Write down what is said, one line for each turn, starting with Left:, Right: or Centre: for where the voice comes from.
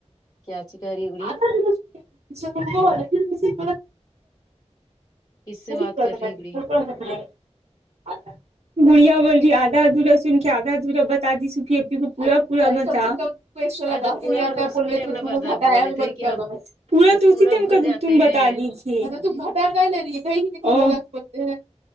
Left: کیا چکاری
Right: نا
Left: گڑیا
Right: <unintelligible>
Left: کس
Right: <unintelligible>
Left: سے بات کر رہی گڑی
Right: بڑھیا بول رہی آدھا ا دھورا سن کے آدھا ادھورا بتا دی سکی ا کو پورا پورا مزہ <unintelligible>
Left: ارے تو پورا ہم اسی ٹائم نہ بردا بولے تھے کہ ہم کہ پورا بھول جاتے
Right: تم بتادی
Left: ہیں
Right: <unintelligible>